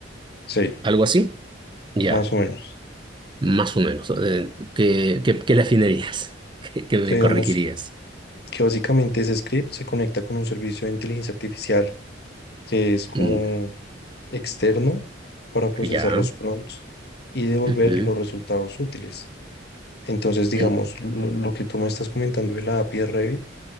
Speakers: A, on the left; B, on the right.
A: sí,
B: ¿Algo así? Ya,
A: más o menos.
B: más o menos. Eh, ¿Qué, qué, qué le afinarías? <laughs> ¿Qué, qué me
A: O sea, digamos,
B: corregirías?
A: que básicamente ese script se conecta con un servicio de inteligencia artificial que es como
B: Mm,
A: externo para procesar
B: Ya.
A: los prompts y devolver
B: Ujú,
A: los resultados útiles. Entonces, digamos,
B: mm,
A: lo, lo que tú me estás comentando de la API de Revit,